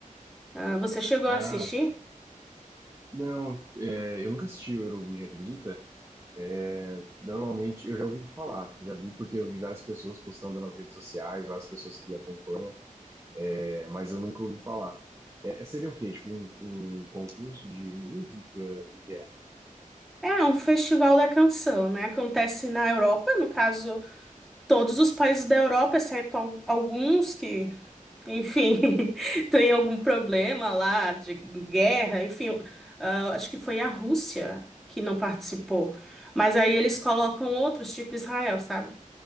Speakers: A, in the centre; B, on the right (about 20°).
A: Ah, você chegou
B: Ah,
A: a assistir?
B: não, é, eu nunca assisti o Eurovision, acredita? É, normalmente, eu já ouvi falar, já vi porque eu vi várias pessoas postando nas redes sociais, várias pessoas que acompanham, é, mas eu nunca ouvi falar. É, seria o quê? Tipo um, um concurso de música? O que que é?
A: É um festival da canção, né? Acontece na Europa, no caso, todos os países da Europa, exceto al- alguns que Enfim, <laughs> tem algum problema lá de guerra, enfim, ah, acho que foi a Rússia que não participou. Mas aí eles colocam outros, tipo Israel, sabe?